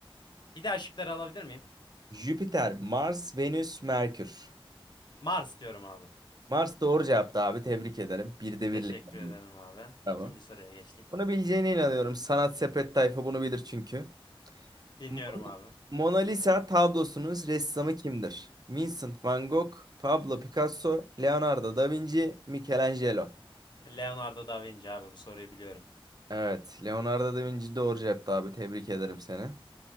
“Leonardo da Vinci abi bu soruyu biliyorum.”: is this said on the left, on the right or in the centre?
Left